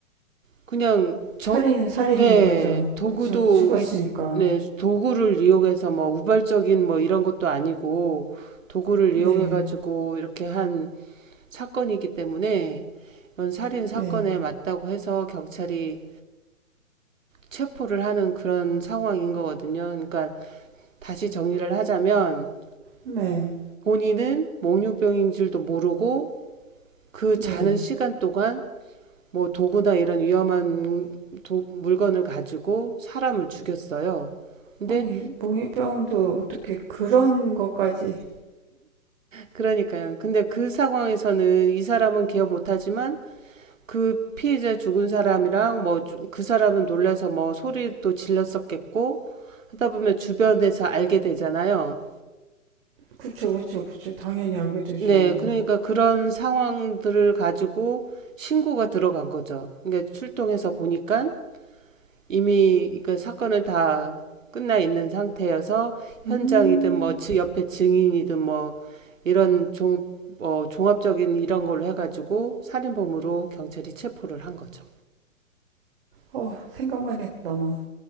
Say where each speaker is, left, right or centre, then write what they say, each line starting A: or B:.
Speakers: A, on the right (about 65°); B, on the right (about 40°).
A: 그냥 정,
B: 살인은 살인인
A: 네,
B: 거죠.
A: 도구도
B: 그쵸? 죽었으니까.
A: 있, 네, 도구를 이용해서 뭐 우발적인 뭐 이런 것도 아니고 도구를
B: 네,
A: 이용해 가지고 이렇게 한 사건이기 때문에 이런 살인 사건에
B: 네,
A: 맞다고 해서 경찰이 체포를 하는 그런 상황인 거거든요. 그러니까 다시 정리를 하자면
B: 네,
A: 본인은 몽유병인 줄도 모르고 그
B: 네.
A: 자는 시간 동안 뭐 도구나 이런 위험한 도- 물건을 가지고 사람을 죽였어요. 근데
B: 아니 몽유병도 어떻게 그런 것까지?
A: 그러니까요. 근데 그 상황에서는 이 사람은 기억 못하지만 그 피해자 죽은 사람이랑 뭐 그 사람은 놀라서 뭐 소리도 질렀었겠고 하다 보면 주변에서 알게 되잖아요.
B: 그쵸, 그쵸, 그쵸. 당연히 알게 되죠.
A: 네, 그러니까 그런 상황들을 가지고 신고가 들어간 거죠. 그러니까 출동해서 보니까 이미 그 사건은 다 끝나 있는 상태여서 현장이든
B: 음.
A: 뭐 옆에 증인이든 뭐 이런 종, 뭐 종합적인 이런 걸로 해가지고 살인범으로 경찰이 체포를 한 거죠.
B: 어, 생각만 해도 너무